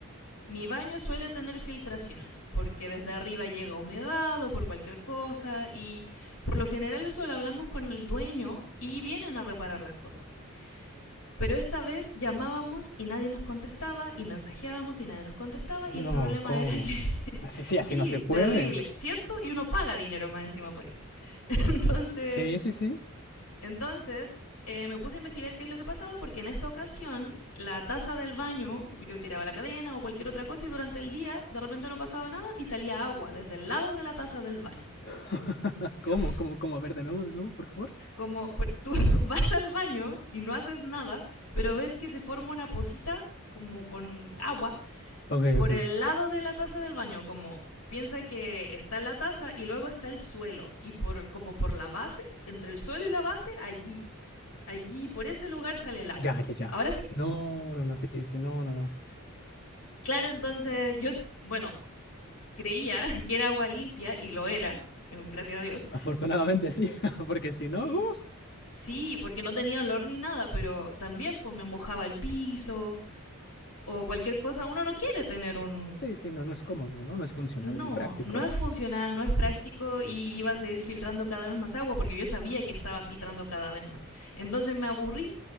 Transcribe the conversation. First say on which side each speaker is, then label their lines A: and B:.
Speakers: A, on the left; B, on the left.
A: mi baño suele tener filtraciones, porque desde arriba llega humedad o por cualquier cosa, y por lo general eso lo hablamos con el dueño y vienen a reparar las cosas. Pero esta vez llamábamos y nadie nos contestaba, y mensajeábamos y nadie nos contestaba,
B: No,
A: y el problema
B: ¿cómo?
A: era que,
B: Así
A: <laughs>
B: sí,
A: sí,
B: así no se puede.
A: terrible, ¿cierto? Y uno paga dinero más encima por esto. <laughs> Entonces,
B: Sí, sí, sí.
A: entonces, eh, me puse a investigar qué es lo que pasaba porque en esta ocasión la taza del baño, yo tiraba la cadena o cualquier otra cosa y durante el día de repente no pasaba nada y salía agua desde el lado de la taza del baño.
B: <laughs>
A: Y
B: ¿Cómo,
A: yo,
B: cómo, cómo? A ver, de nuevo, de nuevo, por favor.
A: <laughs> como pues, tú <laughs> vas al baño y no haces nada, pero ves que se forma una pocita como con agua
B: Ok,
A: por
B: ok.
A: el lado de la taza del baño, como piensa que está la taza y luego está el suelo y por como por la base, entre el suelo y la base allí Allí, por ese lugar sale el agua.
B: Ya, ya, ya.
A: Ahora sí.
B: No, no, no, sí, sí, sí, no, no, no.
A: Claro, entonces yo, bueno, creía <laughs> que era agua limpia y lo era, eh, gracias a Dios.
B: Afortunadamente sí, <laughs> porque si no,
A: Y
B: uff,
A: Sí, porque no tenía olor ni nada, pero también pues me mojaba el piso o cualquier cosa. Uno no quiere tener un...
B: sí, sí, no, no es cómodo, ¿no? No es funcional
A: No,
B: ni práctico.
A: no es funcional, no es práctico y iba a seguir filtrando cada vez más agua porque yo sabía que estaba filtrando cada vez más. Entonces me aburrí,